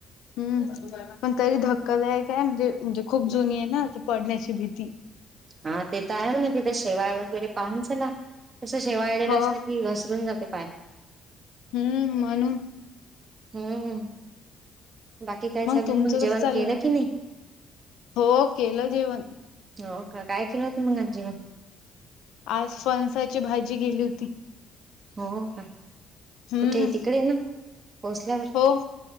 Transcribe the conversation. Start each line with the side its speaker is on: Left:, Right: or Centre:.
Left: हम्म पण तरी धक्कादायक आहे म्हणजे म्हणजे खूप जुनी आहे ना आता पडण्याची भीती.
Right: हा ते तर आहे ना तिथे शेवाय वगैरे पाहून चला तस शेवायलेलं
Left: हो
Right: असत की घसरून जाते पाय.
Left: हम्म म्हणून
Right: हम्म बाकी काय चालू
Left: तुमचं
Right: आहेय मग जेवण
Left: कसं चालू
Right: केलं
Left: आहे
Right: की नाही.
Left: हो केलं जेवण
Right: हो का काय केलं होत मग आज जेवण.
Left: आज फणसाची भाजी केली होती.
Right: हो का
Left: हम्म
Right: कुठे आहे तिकडे ना. पोहोचल्यावर
Left: हो